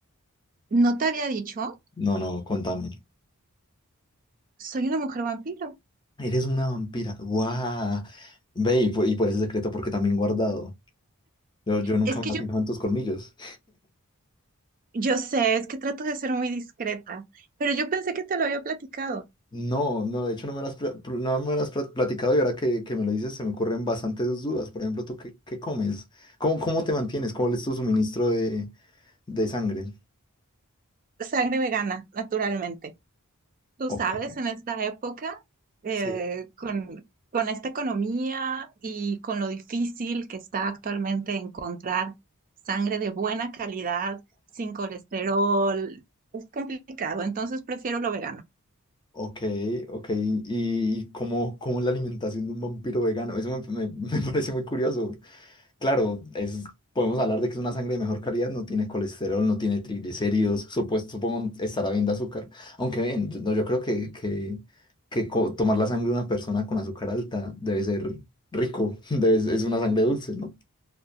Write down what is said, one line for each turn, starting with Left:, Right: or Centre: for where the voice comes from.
Right: ¿No te había dicho?
Left: No, no, contame.
Right: Soy una mujer vampiro.
Left: Eres una vampira. ¡Guau! Ve, y pues, y pues ese secreto, porque también guardado. Yo, yo nunca
Right: Es que
Left: me
Right: yo,
Left: he fijado en tus colmillos.
Right: yo sé, es que trato de ser muy discreta, pero yo pensé que te lo había platicado.
Left: No, no, de hecho no me lo has, pla- pl- no me lo has pla- platicado y ahora que, que me lo dices se me ocurren bastantes dudas. Por ejemplo, ¿tú qué, qué comes? ¿Cómo, cómo te mantienes? ¿Cómo es tu suministro de, de sangre?
Right: sangre vegana, naturalmente. Tú
Left: Ok.
Right: sabes, en esta época, eh,
Left: Sí.
Right: con, con esta economía y con lo difícil que está actualmente encontrar sangre de buena calidad, sin colesterol, es complicado, entonces prefiero lo vegano.
Left: Ok, ok. ¿Y cómo, cómo es la alimentación de un vampiro vegano? Eso me, me- <laughs> me parece muy curioso. Claro, es, podemos hablar de que es una sangre de mejor calidad, no tiene colesterol, no tiene triglicéridos, supuesto, supongo estará bien de azúcar. Aunque bien, yo- no, yo creo que, que, que co- tomar la sangre de una persona con azúcar alta debe ser rico, <laughs> debe, es una sangre dulce, ¿no?